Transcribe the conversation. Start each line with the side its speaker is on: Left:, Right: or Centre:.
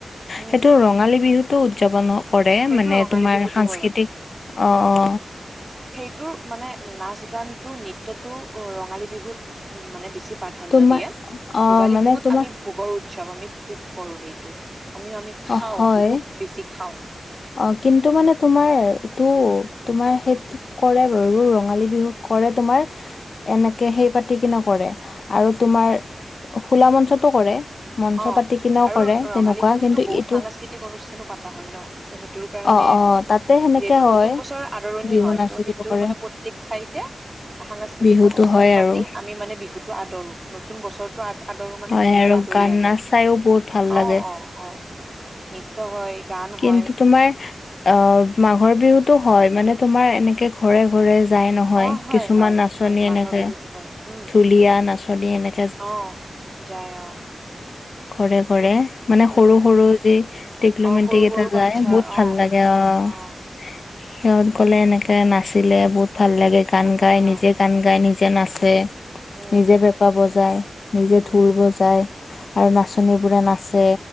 Right: উম
Left: সেইটো ৰঙালী বিহুটো উদযাপন কৰে
Right: সেইটো
Left: মানে
Right: ৰঙালী
Left: তোমাৰ
Right: বিহুটো
Left: সাংস্কৃতিক
Right: কৰে
Left: অ অ
Right: সেইটোৰ মানে নাচ গানটো নৃত্যটো ৰঙালী বিহুত উম মানে বেছি প্ৰাধান্য
Left: তোমাৰ
Right: দিয়ে
Left: অ',
Right: ভোগালী
Left: মানে
Right: বিহুত
Left: তোমাৰ
Right: আমি ভোগৰ উৎসৱ আমি ভোগ কৰোঁ সেইটোত আমি আমি খাওঁ
Left: অ', হয়
Right: বহুত বেছি খাওঁ।
Left: অ কিন্তু মানে তোমাৰ এইটো তোমাৰ সেই কৰে বাৰু ৰঙালী বিহুত কৰে তোমাৰ। এনেকে সেই পাতি কিনে কৰে আৰু তোমাৰ খোলা মঞ্চতো কৰে। মঞ্চ
Right: অ
Left: পাতি কিনেও
Right: আৰু
Left: কৰে
Right: ৰঙালী
Left: তেনেকুৱা
Right: বিহুতো
Left: কিন্তু
Right: বহুত
Left: এইটো
Right: সাংস্কৃতিক অনুষ্ঠানো পাতা হয় ন। ত' সেইটোৰ কাৰণে
Left: অ অ তাতে সেনেকে
Right: যিহেতু
Left: হয়
Right: নতুন বছৰ আদৰণি
Left: বিহু
Right: হয়
Left: নাচে
Right: ত' সেইটো
Left: কিবা কৰে
Right: মানে প্ৰত্যেক ঠাইতেই সাংস্কৃতিক
Left: বিহুতো
Right: অনুষ্ঠান
Left: হয়
Right: পাতি
Left: আৰু
Right: আমি মানে বিহুতো আদৰো নতুন বছৰতো আ আদৰো মানে
Left: হয়
Right: বিহুটো
Left: আৰু
Right: কৰি
Left: গান
Right: আনো
Left: নাচ চাইও বহুত ভাল লাগে
Right: অ অ অ নৃত্য হয় গান
Left: কিন্তু
Right: হয়।
Left: তোমাৰ আ মাঘৰ বিহুতো হয় মানে তোমাৰ এনেকে ঘৰে ঘৰে যাই নহয়
Right: অ হয়
Left: কিছুমান
Right: হয়
Left: নাচনি
Right: হয় মাঘৰ
Left: এনেকে
Right: বিহুতো হয় উম
Left: ঢুলীয়া নাচনী এনেকেই
Right: অ যায় অ।
Left: ঘৰে ঘৰে মানে সৰু
Right: উম
Left: সৰু যি টিকলো
Right: অ
Left: মেটি
Right: সৰু
Left: কেইটা
Right: সৰু
Left: যাই
Right: বাচ্ছা
Left: বহুত ভাল
Right: অ
Left: লাগে আৰু।
Right: অ
Left: সিহঁত গলে এনেকে নাচিলে বহুত ভাল লাগে গান
Right: ভাল লাগে
Left: গাই নিজেই
Right: অ
Left: গান গাই নিজে নাচে
Right: উম
Left: নিজে পেঁপা বজায় নিজে
Right: উম
Left: ঢোল বজায়। আৰু নাচনী বোৰে নাচে